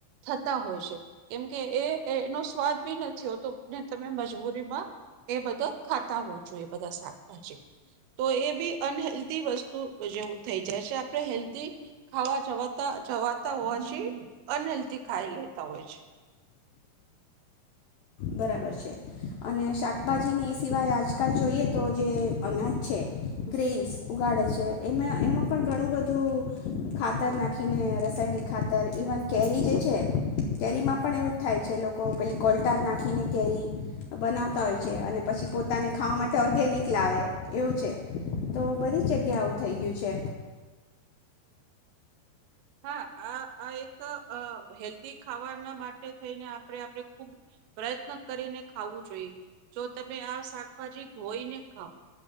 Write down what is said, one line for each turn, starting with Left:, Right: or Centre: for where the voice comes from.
Right: થતા હોય છે, કેમકે એ એનો સ્વાદ બી નથી હોતોને તમે મજબૂરીમાં એ બધા ખાતા હો છો એ બધા શાક. તો એ બી અનહેલ્ધી વસ્તુ જેવું થઈ જાય છે. આપણે હેલ્ધ ખાવા જવા જવાતા હોવાથી અનહેેલ્ધ ખાઈ લેતા હોય છે.
Left: બરાબર છે અને શાકભાજીને એ સિવાય આજકાલ જોઈએ તો જે અનાજ છે, ગ્રેન્સ ઉગાડે છે, એમાં એમાં પણ ઘણું બધું ખાતર નાખીને રાસાયણિક ખાતર ઈવન કેરી જે છે, કેરીમાં પણ એવું જ થાય છે લોકો પેલી કોલ્ટાર નાખ આખીને કેરી બનાવતા હોય છે અને પછી પોતાને ખાવા માટે ઓર્ગેનિક લાવે એવું છે, તો બધી જ જગ્યા આવું થઈ ગયું છે.
Right: હા. આ આ એક હેલ્ધી ખાવાના માટે થઈને આપણે આપણે ખુબ પ્રયત્ન કરીને ખાવું જોઈએ. જો તમે આ શાકભાજી ધોઈને ખાવ